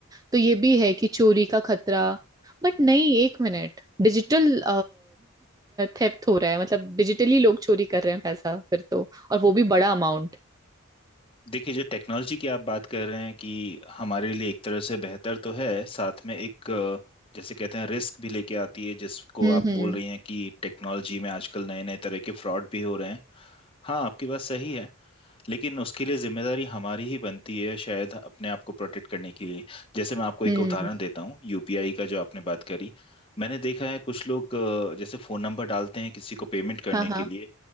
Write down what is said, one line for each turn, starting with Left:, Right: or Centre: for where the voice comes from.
Right: तो ये भी है कि चोरी का खतरा बट नहीं एक मिनट डिजिटल थेफ्ट <laughs> हो रहा है मतलब डिजिटली लोग चोरी कर रहे हैं पैसा फिर तो और वो भी बड़ा अमाउंट
Left: देखिए जो टेक्नोलॉजी की आप बात कर रहे हैं कि हमारे लिए एक तरह से बेहतर तो है साथ में एक अ, जैसे कहते हैं रिस्क भी लेके आती है जिसको
Right: हम्म
Left: आप
Right: हम्म
Left: बोल रही हैं कि टेक्नोलॉजी में आजकल नए नए तरह के फ्रॉड भी हो रहे हैं हाँ आपकी बात सही है लेकिन उसके लिए जिम्मेदारी हमारी ही बनती है शायद अपने आप को प्रोटेक्ट करने के लिए जैसे मैं आपको एक
Right: हम्म
Left: उदाहरण देता हूँ यूपीआई का जो आपने बात करी मैंने देखा है कुछ लोग अ, जैसे फोन नंबर डालते हैं किसी को पेमेंट करने
Right: हाँ
Left: के
Right: हाँ
Left: लिए